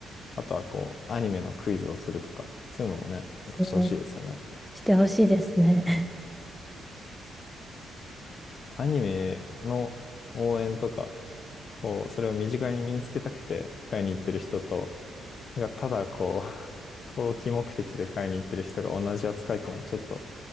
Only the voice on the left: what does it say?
あとはこう、アニメのクイズをするとか、そういうのもね、なんかしてほしいですよね。
アニメの応援とか、こう、それを身近に身につけたくて買いに行ってる人と、なんかただこう、<laughs> 投機目的で買いに行ってる人が同じ扱いっていうのはちょっと